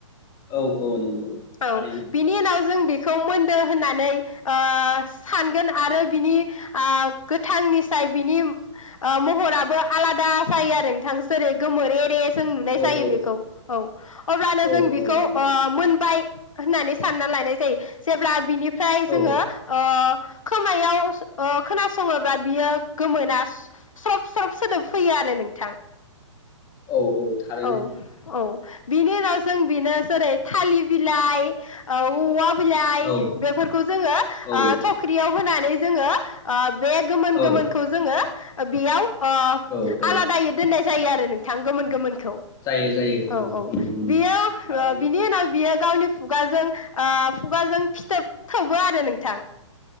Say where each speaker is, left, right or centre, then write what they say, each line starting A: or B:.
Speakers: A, on the left; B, on the left.
A: औ औ नंगौ।
B: औ
A: थारैनो
B: बिनि उनाव जों बे बेखौ मोनदो होननानै ओ सानगोन आरो बिनि ओ गोथांनिसाय बिनि महराबो आलादा जायो आरो नोंथां जेरै गोमोन एरे जों नुनाय
A: औ
B: जायो
A: औ
B: बेखौ औ अब्लानो
A: औ
B: जों बेखौ
A: औ नंगौ
B: ओ मोनबाय होननानै सानना लायानाय जायो जेब्ला बिनि फ्राय जोङो
A: औ
B: ओ। खोमायाव खोनासङोब्ला बियो गोमोना सब सब सोदोब फैयो आरो नोंथां।
A: औ थारैनो
B: औ औ बिनि उनाव जों बेनो जेरै थाललि लाइ औवाब बिलाइ
A: औ
B: बेफोरखौ जोङो ओ
A: औ
B: थख्रियाव होनानै दै जोङो ओब बे गोमोन
A: औ
B: गोमोनखौ जोङो ओ बेयाव ओ
A: औ औ
B: आलादायै दोननाय जायो आरो नोंथां गोमोन गोमोन खौ
A: जायो जायो
B: औ औ
A: नंगौ नंगौ
B: बियो ओ
A: थारैनो
B: बिनि उनाव बियो गावनि खुगाजों ओ खुगाजों फिथोब थोबो आरो नोंथां।